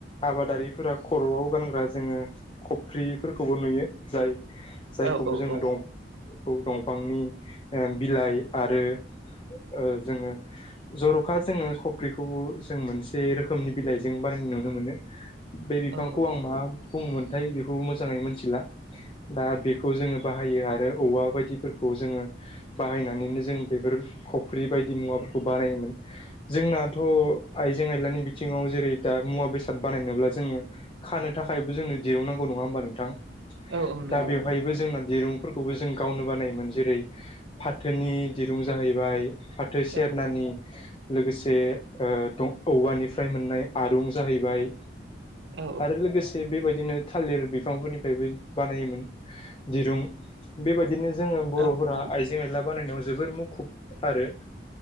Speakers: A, on the left; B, on the right.
A: आबादारिफोरा खर'आव गानग्रा जोङो खफ्रिफोरखौबो नुयो जाय जायखौबो
B: औ
A: जोङो
B: औ
A: दं खौ दंफांनि ओ बिलाइ आरो ओ जोङो जर'खा जोङो खफ्रिखौबो जों मोनसे रोखोमनि बिलाइजों बानायना नुनो मोनो बे बिफांखौ
B: औ औ
A: आं
B: नंगौ
A: मा बुंङोमोनथाय बे खौ मोजाङै मोनथिला दा बेखौ जोङो बाहायो आरो औवा बायदिफोरख खौ जोङो बायनानैनो जों बेफोर खफ्रि बायदि मुवाफोरखौ बानायोमोन जोंना जोंनाथ' आइजें आइलानि बिथिंङाव जेरै दा मुवा बेसाद बानायनोब्ला जोङो खानो थाखाय बो जोंनो दिरुं नांगौ नंङा होनबा नोंथां
B: औ औ नंगौ
A: दा बेवहाइबो
B: नंगौ
A: जोंना दिरुं फोरखौबो जों गावनो बानायोमोन जेरै फाथोनि दिरुं जाहैबाय फाथो सेरनानि
B: औ औ
A: लोगोसे ओ दं औवानिफ्राय मोननाय आरुं जाहैबाय
B: औ
A: आरो लोगोसे बेबायदिनो थालिर बिफांफोरनिफ्रायबो बानायोमोन। दिरुं बेबायदिनो जोङो बर'फोरा
B: औ नंगौ
A: आइजें आइला बानायनाय जोबोर मुखुब आरो।